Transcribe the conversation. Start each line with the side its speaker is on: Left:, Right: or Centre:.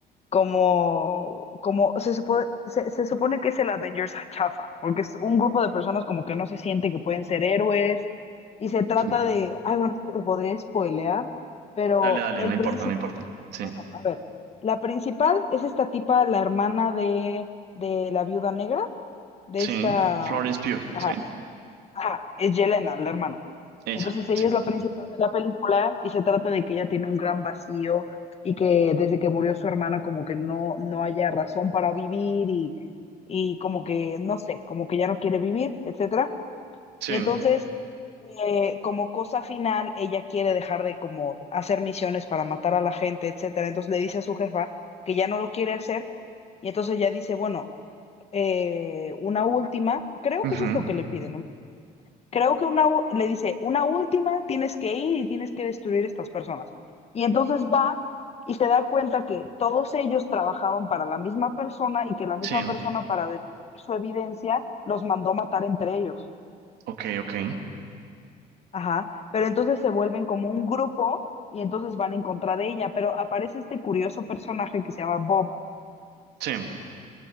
Left: como, como, se supo- se, se supone que es el Avengers chafa, porque es un grupo de personas como que no se sienten que pueden ser héroes, y se trata
Right: <laughs>
Left: de, ay, bueno, es que te podría spoilear, pero
Right: Dale, dale,
Left: el
Right: no importa,
Left: principal,
Right: no importa. Sí,
Left: bueno, a ver, la principal es esta tipa, la hermana de, de la viuda negra, de
Right: sí.
Left: esta,
Right: Florence Pugh,
Left: ajá,
Right: sí.
Left: Ajá, es Yelena, la hermana.
Right: Esa,
Left: Entonces ella
Right: sí,
Left: es la principal de la película y se trata de que ella tiene un gran vacío y que desde que murió su hermana como que no, no haya razón para vivir y, y como que, no sé, como que ya no quiere vivir, etcétera.
Right: sí.
Left: Y entonces, eh, como cosa final, ella quiere dejar de como hacer misiones para matar a la gente, etcétera. Entonces le dice a su jefa que ya no lo quiere hacer y entonces ella dice, bueno, eh, una última, creo
Right: Ujú,
Left: que eso es lo que le pide, ¿no? creo que una, u- le dice, una última, tienes que ir y tienes que destruir estas personas. Y entonces va y se da cuenta que todos ellos trabajaban para la misma persona y que la misma
Right: Sí,
Left: persona para destruir su evidencia los mandó matar entre ellos.
Right: ok, ok.
Left: Ajá, pero entonces se vuelven como un grupo y entonces van en contra de ella, pero aparece este curioso personaje que se llama Bob,
Right: Sí,